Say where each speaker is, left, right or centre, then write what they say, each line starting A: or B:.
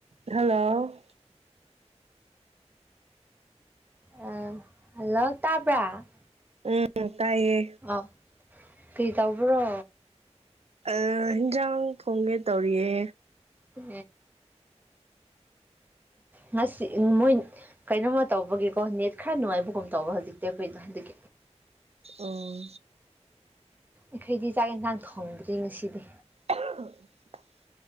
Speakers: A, on the right; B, on the right.
A: hello
B: ꯑ hello ꯇꯥꯕ꯭ꯔꯥ
A: ꯎꯝ ꯇꯥꯏꯌꯦ
B: ꯑꯥꯎ ꯀꯩ ꯇꯧꯕ꯭ꯔꯣ
A: ꯍꯟꯖꯥꯡ ꯊꯣꯡꯒꯦ ꯇꯧꯔꯤꯌꯦ
B: ꯍ ꯉꯁꯤ ꯃꯣꯏ ꯀꯩꯅꯣꯃ ꯇꯧꯕꯒꯤꯀꯣ ꯅꯦꯠ ꯈꯔ ꯅꯨꯡꯉꯥꯏꯕꯒꯨꯝ ꯇꯧꯕ ꯍꯧꯖꯤꯛꯇꯤ ꯑꯩꯈꯣꯏꯗ ꯍꯧꯖꯤꯛ
A: ꯑꯥ
B: ꯑꯩꯈꯣꯏꯗꯤ ꯆꯥꯛ ꯌꯦꯟꯁꯥꯡ ꯊꯣꯡꯗ꯭ꯔꯤ ꯉꯁꯤꯗꯤ
A: <inaudible>